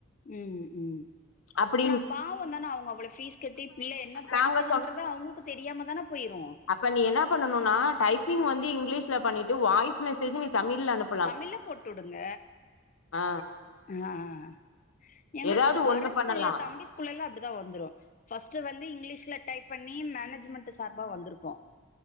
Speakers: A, on the left; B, on the left.
A: ம் ம்.
B: அப்டி
A: ஆனா பாவந்தான அவுங்க அவ்ளோ ஃபீஸ் கட்டி பிள்ள என்ன படிக்குதுன்றத
B: நாங்க
A: அவுங்களுக்கு தெரியாம தான போயிரு
B: இப்ப நீ என்ன பண்ணனுனா டைப்பிங் வந்து இங்கிலீஷ்ல பண்ணிட்டு வாய்ஸ் மெசேஜு நீ தமிழ்ல அனுப்
A: தமிழ்ல போட்டு உடுங்க
B: ஆ
A: அஹ் எங்கக்கு
B: ஏதாவது
A: ஹரன்
B: ஒண்ணு பண்ணலா
A: ஸ்கூல்ல தம்பி ஸ்கூல்ல எல்லா அப்டிதா வந்துரூ ஃபர்ஸ்ட் வந்து இங்கிலீஷ்ல டைப் பண்ணி மேனேஜ்மெண்ட் சார்பா வந்துருக்கு